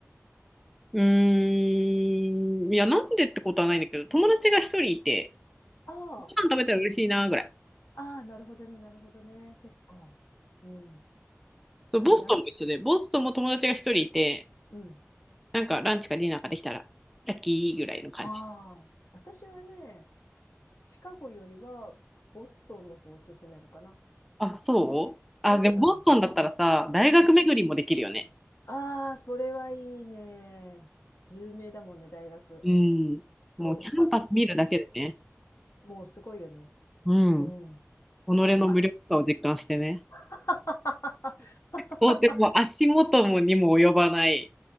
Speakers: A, in the centre; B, on the left.
A: うーん。いや、なんでってことはないんだけど、友達が一人いて、
B: あ
A: ご飯食べたら嬉しいな、ぐらい。
B: あ、ああ、なるほどね、なるほどね。そっか。うん。
A: そうボストンも一緒で、
B: な、ない、
A: ボストンも友達が一人いて、
B: うん。
A: なんかランチかディナーかできたら、ラッキーぐらいの感じ。
B: ああ、私はね、シカゴよりはボストンの方を進めるかな。
A: あ、そうあ、でもボストンだったらさ、
B: なぜならば、うん
A: 大学巡りもできるよね。
B: うん。ああ、それはいいね。有名だもんね、大学。
A: うん。
B: そう。
A: もうキャンパス見るだけでね。
B: あ、もうすごいよね。
A: うん。
B: うん。
A: 己の無力さを実感してね。
B: もう足。<laughs>
A: とても足元もにも及ばない、